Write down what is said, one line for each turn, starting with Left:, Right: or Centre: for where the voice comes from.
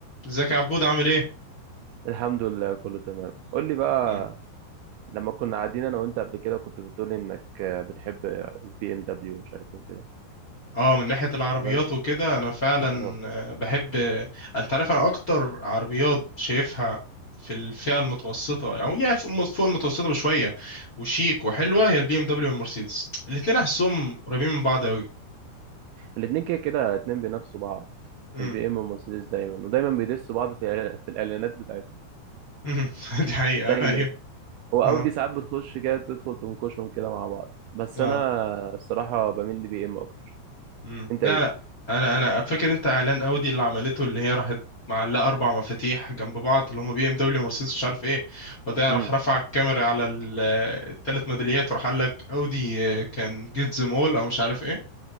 Left: ازيك يا عبود عامل ايه؟
Right: الحمد لله كله تمام قول لي بقى
Left: مم.
Right: لما كنا قاعدين انا وانت قبل كده كنت بتقولي انك بتحب البي ام دبليو ومش عارف ايه وكده
Left: اه من ناحية العربيات
Right: تمام
Left: وكده انا فعلا
Right: اه
Left: آه، بحب آه، انت عارف انا اكتر عربيات شايفها في الفئة المتوسطة يعني يعني فوق فوق المتوسطة بشوية وشيك وحلوة هي البي ام دبليو والمرسيدس الاتنين احسهم قريبين من بعض اوي
Right: الاتنين كده كده اتنين بينافسوا بعض
Left: مم.
Right: البي ام والمرسيدس دايما ودايما بيدسوا بعض في الإعلا- في الاعلانات بتاعتهم
Left: مم. <laughs> دي حقيقة
Right: دايما
Left: ايوه
Right: هو اودي
Left: اه
Right: ساعات بتخش كده تدخل تنكشهم كده مع بعض بس
Left: اه
Right: انا الصراحه بميل لبي ام اكتر
Left: مم.
Right: انت
Left: لا
Right: ايه
Left: لا انا انا فاكر انت اعلان اودي اللي عملته اللي هي راحت معلقه اربع مفاتيح جنب بعض اللي هم بي ام دبليو مرسيدس مش عارف ايه وبعدها
Right: امم
Left: راح رفع الكاميرا على الثلاث ميداليات وراح قال لك اودي آه، كان جيت زم اول او مش عارف ايه